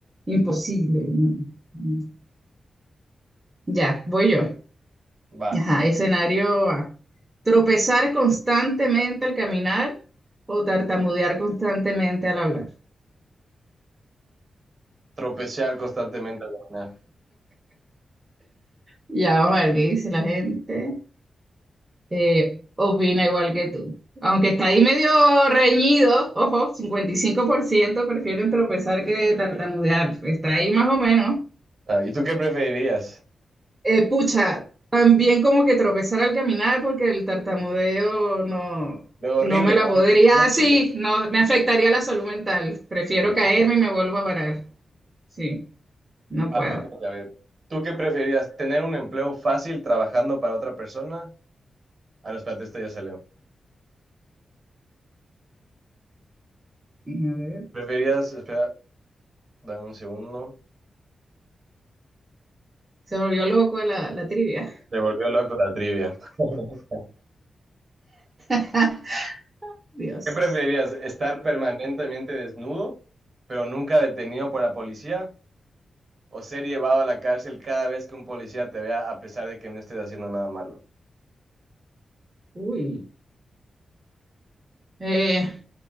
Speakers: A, on the right; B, on the right.
A: imposible. no, no. Ya, voy yo.
B: Va.
A: Ajá, escenario A. Tropezar constantemente al caminar o tartamudear constantemente al hablar.
B: Tropezar constantemente al caminar.
A: Ya vamos a ver qué dice la gente. Eh, opina igual que tú. Aunque está ahí medio reñido, ojo, 55% prefieren tropezar que tartamudear. Está ahí más o menos.
B: Ah, ¿Y tú qué preferirías?
A: Eh, pucha, también como que tropezar al caminar porque el tartamudeo no,
B: Lo horrible,
A: no me la
B: nadie
A: podría.
B: te entiende.
A: Ah, sí, no, me afectaría la salud mental. Prefiero
B: Sí.
A: caerme y me vuelvo a parar. Sí, no
B: Va,
A: puedo.
B: me toca,
A: A
B: a ver. ¿Tú qué preferirías? ¿Tener un empleo fácil trabajando para otra persona? Ah, no, espérate, esto ya salió.
A: ver.
B: ¿Preferías, espera, dame un segundo.
A: Se volvió loco la, la trivia.
B: Se volvió loco la trivia. <laughs>
A: <laughs> Dios.
B: ¿Qué preferirías? ¿Estar permanentemente desnudo, pero nunca detenido por la policía? ¿O ser llevado a la cárcel cada vez que un policía te vea a pesar de que no estés haciendo nada malo?
A: Uy. Eh,